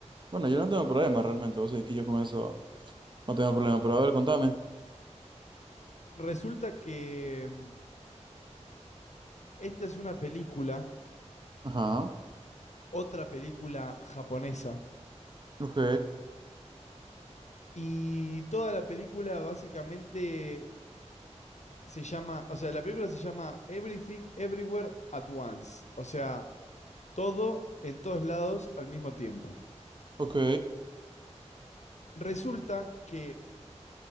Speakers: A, on the right; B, on the left.
A: Bueno, yo no tengo problema realmente, vos sabés que yo con eso no tengo problema, pero a ver, contame.
B: Resulta que mm, esta es una película,
A: Ajá,
B: otra película japonesa,
A: ok,
B: y toda la película básicamente se llama, o sea, la película se llama Everything Everywhere at Once, o sea, todo en todos lados al mismo tiempo.
A: ok,
B: Resulta que